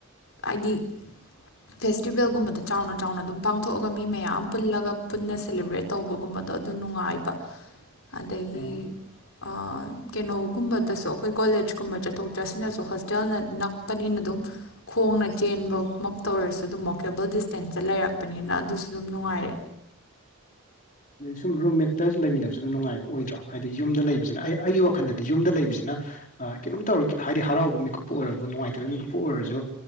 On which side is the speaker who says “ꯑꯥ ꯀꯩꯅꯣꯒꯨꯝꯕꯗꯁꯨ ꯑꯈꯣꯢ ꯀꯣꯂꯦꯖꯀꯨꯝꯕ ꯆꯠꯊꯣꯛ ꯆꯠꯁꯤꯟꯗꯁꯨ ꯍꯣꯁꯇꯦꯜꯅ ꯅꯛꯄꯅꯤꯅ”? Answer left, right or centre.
Left